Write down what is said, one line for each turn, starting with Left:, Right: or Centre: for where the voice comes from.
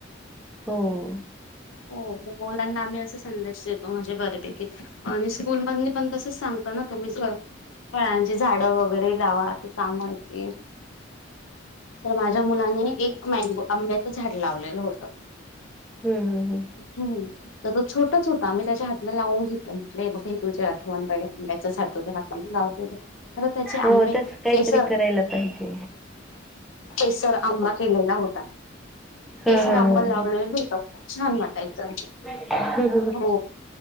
Centre: हो.
Left: हो मुलांना आम्ही अस संदेश देतो माझे बरेपैकी आणि स्कूल मध पण तसच सांगता ना तुम्ही फळांची झाडं वगैरे लावा ते कामायची तर माझ्या मुलाने एक मँगो आंब्याचं झाड लावलेलं होतं
Centre: हम् हम हम्
Left: हम् त्या छोटंच होता आम्ही त्याच्या हातला लावून घेतलं म्हटलंय बघ हे तुझ्या आठवण बडडे आंब्याच ह तुझ्या हाता लावून अ त्याचे
Centre: हो
Left: आंबे
Centre: तस काहीतरी
Left: केसर
Centre: करायला पाहिजे.
Left: केसर आंबा केलेला होता केसर
Centre: हा हा
Left: आंबा
Centre: हा
Left: लावलेलं होत खूप छान वाटायचं
Centre: हम
Left: हो